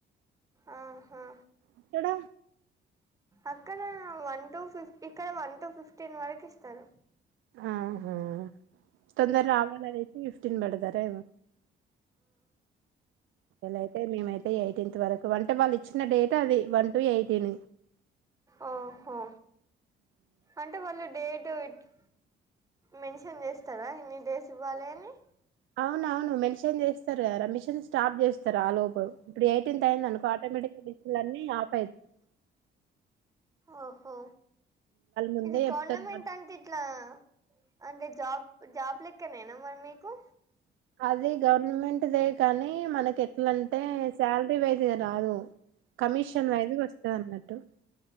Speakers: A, on the right; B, on the right.
A: ఆహా
B: ఎక్కడ
A: అక్కడ వన్ టు ఫిఫ్ ఇక్కడ వన్ టు ఫిఫ్టీన్ వరకు ఇస్తారు
B: ఆహా తొందర రావాలదైతే నిఫ్టీన్ బడతారెమో అలయితే మేమైతే ఎయిటీన్త్ వరకు అంటే వాళ్ళు వచ్చిన డేట్ అది వన్ టు ఎయిటీన్
A: ఓహో అంటే వాళ్ళు డేట్ ఇటు మెన్షన్ చేస్తారా ఇన్ని డేస్ ఇవ్వాలి అని
B: అవున అవును మెన్షన్ చేస్తారు గదా ర మిషన్ స్టాప్ చేస్తారు ఆ లోప ఇప్పుడు ఎయిటీన్త్ అయింది అనుకో ఆటోమేటిక్గా డిస్పిల్ అన్నీ ఆఫ్ అయితాయి
A: ఓహో
B: ముందే
A: ఇది
B: చెప్తారు
A: గవర్నమెంట్ అంటే ఇట్లా అంటే జాబ్ జాబ్ లెక్కనేనా మరి మీకు
B: అది గవర్నమెంట్ దే కానీ మనకి ఎట్లాంటే శాలరీ వైజ్గా రాదు కమిషన్ వైదుగా వస్తది అన్నట్టు